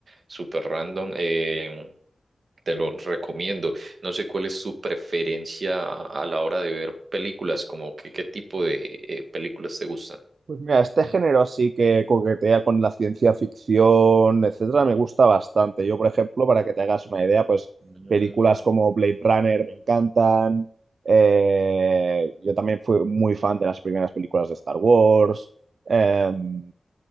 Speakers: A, on the right; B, on the right.
A: súper random. eh, te lo recomiendo. No sé cuál es tu preferencia a a la hora de ver películas, como que, qué tipo de eh, películas te gustan.
B: Pues mira, este género así que coquetea con la ciencia ficción, etcétera, me gusta bastante. Yo, por ejemplo, para que te hagas una idea, pues
A: Mm.
B: películas como Blade Runner me encantan. Eh, yo también fui muy fan de las primeras películas de Star Wars. Em,